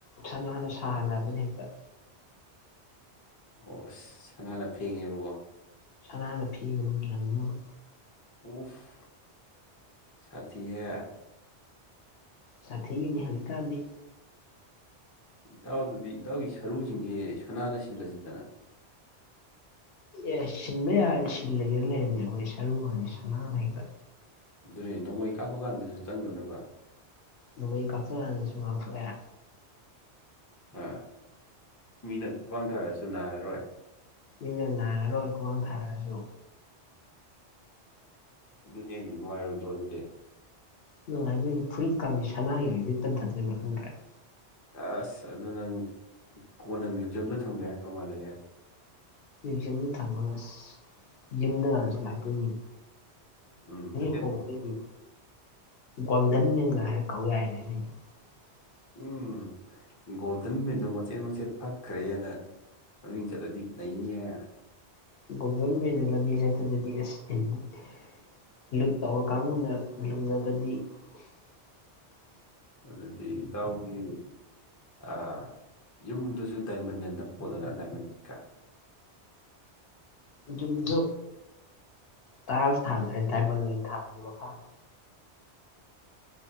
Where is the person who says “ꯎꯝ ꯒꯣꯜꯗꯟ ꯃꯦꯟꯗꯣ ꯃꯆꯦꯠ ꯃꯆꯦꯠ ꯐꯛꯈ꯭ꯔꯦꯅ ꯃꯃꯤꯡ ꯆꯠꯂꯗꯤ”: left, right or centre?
Left